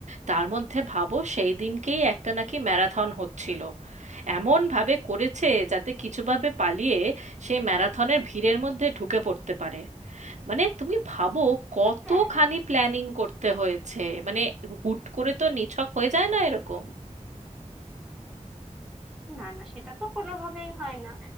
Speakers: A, on the right; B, in the centre.
A: তার মধ্যে ভাবো সেই দিনকেই একটা নাকি ম্যারাথন হচ্ছিল এমন ভাবে করেছে যাতে কিছুভাবে পালিয়ে সেই ম্যারাথনের ভিড়ের মধ্যে ঢুকে পড়তে পারে মানে তুমি ভাবো কতখানি
B: হ্যাঁ
A: প্ল্যানিং করতে হয়েছে মানে হুট করে তো নিছক হয়ে যায় না এরকম
B: না না সেটা তো কোনোভাবেই হয় না